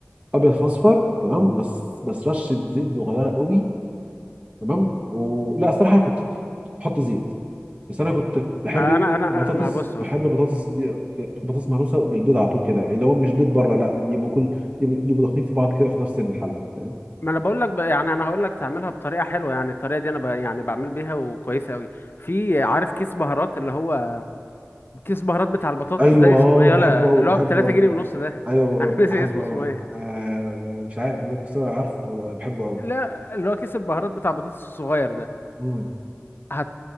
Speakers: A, on the right; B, on the left.
A: ابيض فاصفر تمام بس بس رشه زيت صغيره قوي تمام ولا صراحه كنت بحط زيت بس انا كنت بحب
B: ما انا انا
A: بطاطس
B: ما بص بص
A: بحب بطاطس دي بطاطس مهروسه بالبيض على طول كده اللي هو مش بيض بره لا اللي يبقوا كل يبقوا يبقوا داخلين في بعض كده في نفس الحله فاهم
B: ما انا بقول لك بقى يعني انا هقول لك تعملها بطريقه حلوه يعني الطريقه دي انا ب... يعني بعمل بيها وكويسه قوي في عارف كيس بهارات اللي هو كيس بهارات بتاع البطاطس
A: ايوه
B: ده اسمه ايه
A: بحبه
B: يلا
A: قوي
B: اللي
A: بحبه
B: هو ب 3
A: قوي
B: جنيه ونص ده
A: ايوه
B: <laughs> انا
A: ب-
B: ناسي
A: بحبه
B: اسمه
A: قوي
B: اسمه ايه
A: آه مش عارف بس أنا عارف بحبه قوي
B: لا اللي هو كيس البهارات بتاع البطاطس الصغير ده
A: امم
B: هت